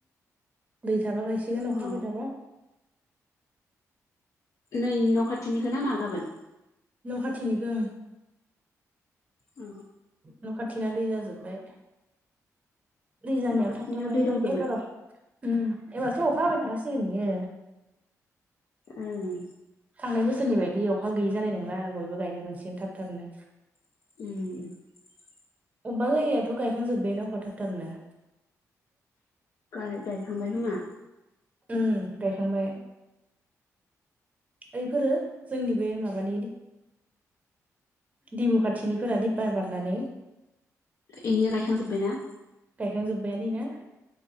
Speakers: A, on the right; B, on the left.
A: दैै थाबा गायसिगोन अखा
B: अ
A: हाबाय थाबा।
B: नै न' खाथिनिखोना मा गाबोन?
A: न' खाथिनिखो ओं
B: अ
A: न' खाथिना दै जाजोब्बाय। दै जानायाव
B: न' खाथिनियाव
A: थाब थाब गायनांगोन
B: दै दंजोबो
A: एबार र' उम। एबारथ' अखा हाबाय थाखासिगोन बियो
B: ओं
A: थांनाय बोसोर। सोरनि बायदि अखा गैयि जानाय नंला आरो बयबो गायनो मोनसिगोन थाब थाबनो।
B: उम
A: अबबा जायगायाथ' गायखांजोब्बायानो आख' थाब थाबनो।
B: गाय गायखांबायखोमा।
A: उम गायखांबाय। ऐैफोरो जोंनि बे माबानि दिमु खाथिनिफोरा रिपार बारनानै
B: एनिया गायखांजोबायना।
A: गायखांजोब्बायनो इनिया।